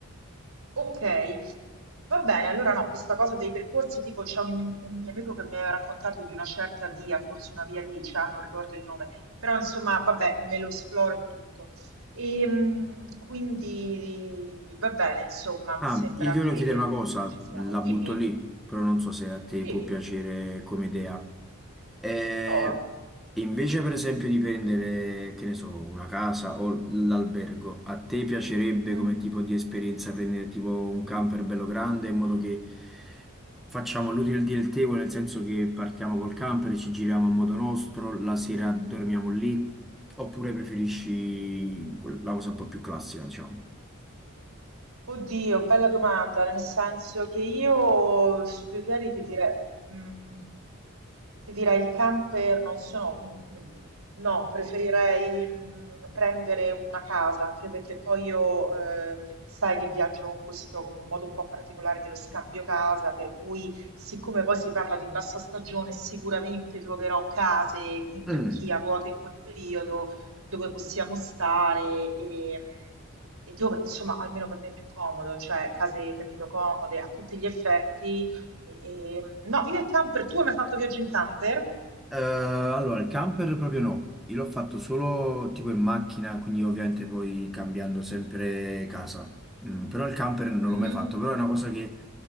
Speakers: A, on the right (about 75°); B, in the centre.
A: Ok, va bene, allora no, questa cosa dei percorsi, tipo c'è un, un mio amico che mi aveva raccontato di una certa via, forse una via lì, cioè, non ricordo il nome, però insomma, vabbè, me lo esploro e tutto. E, mh, quindi va bene, insomma, mi
B: Ah,
A: sembra
B: io ti volevo
A: che,
B: chiedere una
A: mh,
B: cosa,
A: che ci siamo.
B: la
A: Dimmi,
B: butto lì, però non so se a te
A: sì,
B: può piacere come idea. E
A: prova.
B: invece, per esempio, di prendere, che ne so, una casa o l'albergo, a te piacerebbe
A: Mm.
B: come tipo di esperienza prendere tipo un camper bello grande in modo che facciamo l'utile del dilettevole, nel senso che partiamo col camper, ci giriamo a modo nostro, la sera dormiamo lì, oppure preferisci quel- la cosa un po' più classica, diciamo?
A: Oddio, bella domanda, nel senso che io su due piedi ti direi... mm, Ti direi il camper non sono mh, mh, no, preferirei mh, prendere una casa, anche perché poi io eh, sai che viaggio con questo con un modo un po' particolare dello scambio casa, per cui siccome poi si parla di bassa stagione, sicuramente troverò case in
B: Mm.
A: Turchia vuote in quel periodo dove possiamo stare e mh, e dove, insomma, almeno per me è più comodo, cioè case, capito, comode a tutti gli effetti e- e- no, io il camper, tu hai mai fatto viaggio in camper?
B: Eh, allora, il camper proprio no, io l'ho fatto solo tipo in macchina, quindi ovviamente poi cambiando sempre casa. Mm, però il camper non
A: Mhm.
B: l'ho mai fatto, però è una cosa che